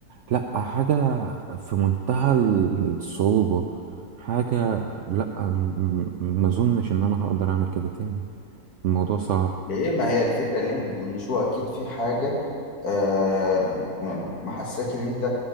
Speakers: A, on the right (about 65°); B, on the left (about 90°).
A: لا حاجة في منتهى الصعوبة حاجة لا م- م- ما اظنش ان انا هقدر اعمل كده تاني الموضوع صعب
B: ليه ما هي الفكرة ليه ما تظنش هو أكيد في حاجة آه يعني محساك إن أنت